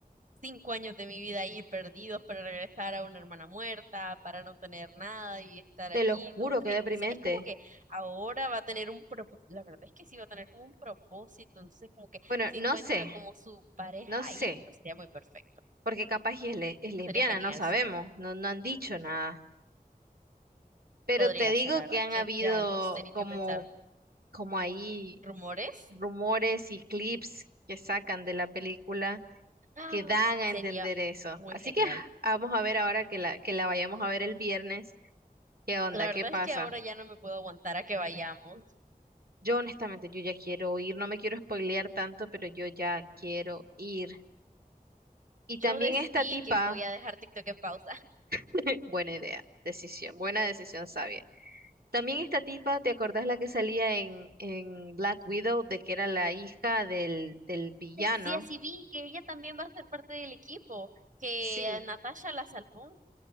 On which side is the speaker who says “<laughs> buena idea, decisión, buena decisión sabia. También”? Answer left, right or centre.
Right